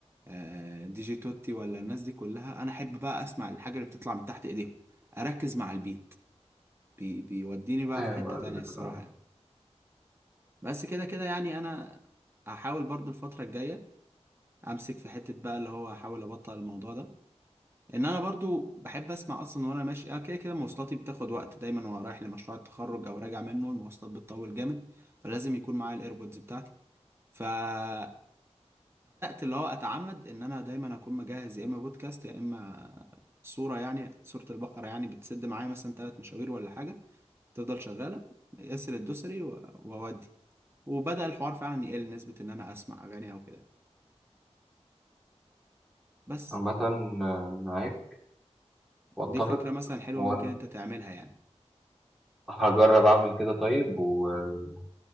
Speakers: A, on the right; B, in the centre.
A: آه، دي جي توتي ولا الناس دي كلها انا احب بقى اسمع الحاجة اللي بتطلع من تحت ايديهم اركز مع البيت بي بيوديني بقى
B: فاهم
A: في حتة
B: قصدك
A: تانية الصراحة
B: اه
A: يعني. بس كده كده يعني انا هحاول برضو الفترة الجاية امسك في حتة بقى اللي هو احاول ابطل الموضوع ده ان انا برضو بحب اسمع اصلا وانا ماشي آه كده كده مواصلاتي بتاخد وقت دايما وانا رايح لمشروع التخرج او راجع منه المواصلات بتطول جامد فلازم يكون معايا الايربودز بتاعتي فبدات اللي هو اتعمد ان انا دايما اكون مجهز يا اما بودكاست يا اما صوره يعني صوره البقره يعني بتسد معايا مثلا ثلاث مشاوير ولا حاجه تفضل شغاله ياسر الدوسري و- واودي وبدا الحوار فعلا يقل نسبه ان انا اسمع اغاني او كده بس
B: عامة آه، معاك واتفق
A: دي فكره مثلا حلوه
B: وانا
A: ممكن انت تعملها يعني
B: هجرب اعمل كده طيب وهقول